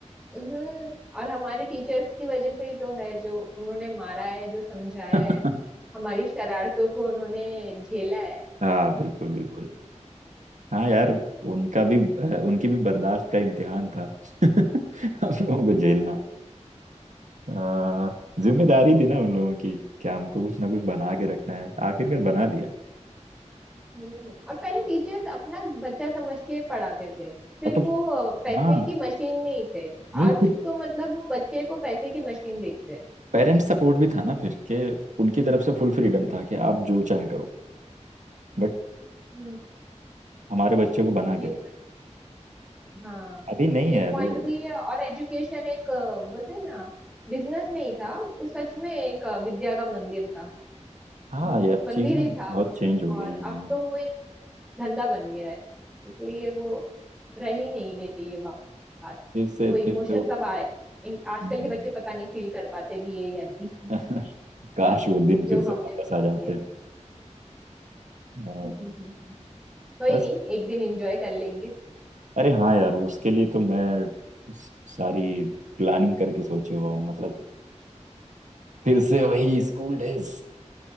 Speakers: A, in the centre; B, on the right (about 80°).
A: हम्म और हमारे टीचर्स की वजह से ही तो है जो उन्होंने मारा है जो समझाया
B: <laughs>
A: है हमारी शरारतों को उन्होंने झेला है
B: हाँ बिल्कुल बिल्कुल हाँ यार उनका भी अ, उनकी भी बर्दाश्त का इम्तिहान था <laughs> हम लोगों को झेलना अ, जिम्मेदारी थी ना उन लोगों की क्या हमको कुछ ना कुछ बना के रखना है तो आखिरकार बना दिया
A: हम्म और पहले टीचर्स अपना बच्चा समझ के पढ़ाते थे सिर्फ
B: और तो
A: वो अ, पैसे
B: हाँ
A: की मशीन नहीं थे
B: नहीं
A: आज
B: फिर
A: तो मतलब वो बच्चे को पैसे की मशीन देखते हैं
B: पेरेंट्स सपोर्ट भी था ना फिर कि उनकी तरफ से फुल फ्रीडम था कि आप जो चाहे करो बट
A: हम्म
B: हमारे बच्चे को बना के
A: ये
B: दो
A: हाँ
B: अभी नहीं
A: ये
B: है अभी
A: पॉइंट
B: है।
A: भी है और एजुकेशन एक अ, बोलते हैं ना बिजनेस नहीं था वो सच में एक अ, विद्या का मंदिर था
B: हाँ
A: हम्म,
B: यार
A: मंदिर
B: चीजें
A: ही था
B: बहुत चेंज
A: वो
B: हो
A: और
B: गई हैं
A: अब
B: हाँ
A: तो वो एक धंधा बन गया है इसलिए वो रह ही नहीं गई ये बा- बात
B: फिर से
A: वो इमोशन
B: फिर से वो-
A: सब आए इन- आजकल
B: हम्म,
A: के बच्चे पता नहीं फील कर पाते भी है या नहीं <laughs>
B: <laughs> काश वो दिन
A: जो
B: फिर से
A: हमने
B: वापस
A: फील
B: आ जाते
A: किया <laughs>
B: हाँ,
A: कोई
B: बस
A: नहीं एक दिन एंजॉय कर लेंगे
B: अरे हाँ यार उसके लिए तो मैं स- सारी प्लानिंग करके सोचे हुआ हूँ मतलब फिर से वही स्कूल डेज